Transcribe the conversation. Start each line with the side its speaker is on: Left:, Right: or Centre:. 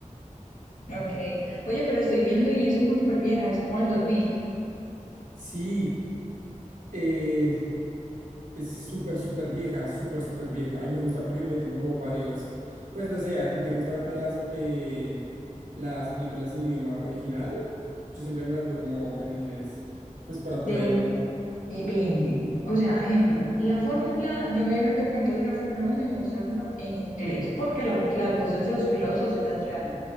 Left: Ok. Oye, pero estoy viendo y es como súper vieja, es como del 2000
Right: Sí. eh, Es súper, súper vieja, súper, súper vieja. Y me gusta porque meten como varios, pues no sé, ¿a ti te gusta verte las, eh, las películas en idioma original? Yo siempre me las veo como en inglés, pues para
Left: De
Right: poder como...
Left: Depende. O sea, ejemplo, la fórmula, yo me vi el documental de la Fórmula uno y me gusta verlo en inglés, porque la- las voces de los pilotos son las reales.